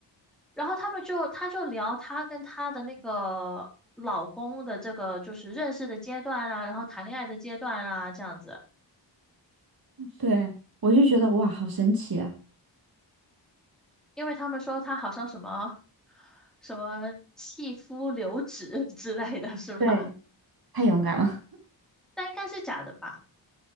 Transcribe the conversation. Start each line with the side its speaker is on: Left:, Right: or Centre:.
Centre: 然后他们就他就聊她跟她的那个老公的这个就是认识的阶段啊，然后谈恋爱的阶段啊这样子，
Right: 对，我就觉得哇，好神奇啊！
Centre: 因为他们说他好像什么什么弃夫留子 <laughs> 之类的是吧？
Right: 对，太勇敢了。
Centre: 但应该是假的吧？